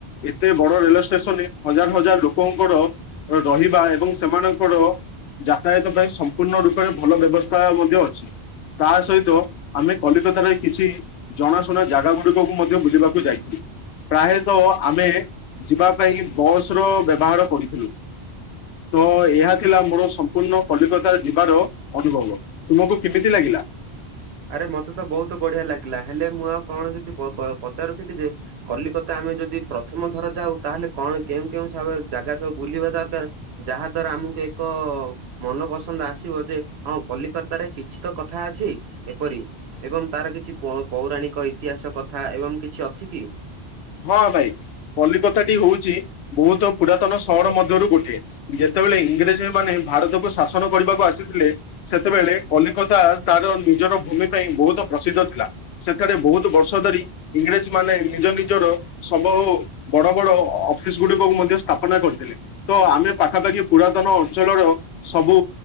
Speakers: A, on the left; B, on the right.
A: ଏତେ ବଡ଼ ରେଲୱେ ଷ୍ଟେସନ ଏ ହଜାର ହଜାର ଲୋକଙ୍କର ରହିବା ଏବଂ ସେମାନଙ୍କର ଯାତାୟାତ ପାଇଁ ସମ୍ପୂର୍ଣ୍ଣ ରୂପରେ ଭଲ ବ୍ୟବସ୍ଥା ମଧ୍ୟ ଅଛି। ତା ସହିତ ଆମେ କଲିକତାରେ କିଛି ଜଣାଶୁଣା ଜାଗା ଗୁଡିକକୁ ମଧ୍ୟ ବୁଲିବାକୁ ଯାଇଥିଲୁ। ପ୍ରାୟତଃ ଆମେ ଯିବା ପାଇଁ ବସର ବ୍ୟବହାର କରିଥିଲୁ। ତ ଏହା ଥିଲା ମୋର ସମ୍ପୂର୍ଣ୍ଣ କଲିକତା ଯିବାର ଅନୁଭବ। ତୁମକୁ କେମିତି ଲାଗିଲା?
B: ଆରେ ମତେ ତ ବହୁତ ବଢିଆ ଲାଗିଲା ହେଲେ ମୁଁ ଆଉ କଣ କିଛି ପ ପଚାରୁଥିଲି ଯେ କଲିକତା ଆମେ ଯଦି ପ୍ରଥମ ଥର ଯାଉ ତାହେଲେ କଣ କେଉଁ କେଉଁ ସ ଜାଗା ସବୁ ବୁଲିବା ଦରକାରେ? ଯାହା ଦ୍ୱାରା ଆମକୁ ଏକ ମନ ପସନ୍ଦ ଆସିବ ଯେ ହଁ କଲିକତାରେ କିଛି ତ କଥା ଅଛି। ଏପରି ଏବଂ ତାର କିଛି ପ ପୌରାଣିକ ଇତିହାସ କଥା ଏବଂ କିଛି ଅଛି କି?
A: ହଁ ଭାଇ କଲିକତା ଟି ହଉଛି ବହୁତ ପୁରାତନ ସହର ମଧ୍ୟରୁ ଗୋଟିଏ। ଯେତେବେଳେ ଇଂରେଜ ମାନେ ଭାରତକୁ ଶାସନ କରିବାକୁ ଆସିି ଥିଲେ। ସେତେବେଳେ କଲିକତା ତାର ନିଜର ଭୂମି ପାଇଁ ବହୁତ ପ୍ରସିଦ୍ଧ ଥିଲା ସେଠାରେ ବହୁତୁ ବର୍ଷ ଧରି ଇଂରେଜ ମାନେ ନିଜ ନି ନିଜର ସମ୍ଭ ଓ ବଡ଼ ବଡ଼ ଅଫିସ ଗୁଡିକକୁ ମଧ୍ୟ ସ୍ଥାପନା କରିଥିଲେ। ତ ଆମେ ପାଖାପାଖି ପୁରାତନ ଅଞ୍ଚଳର ସବୁ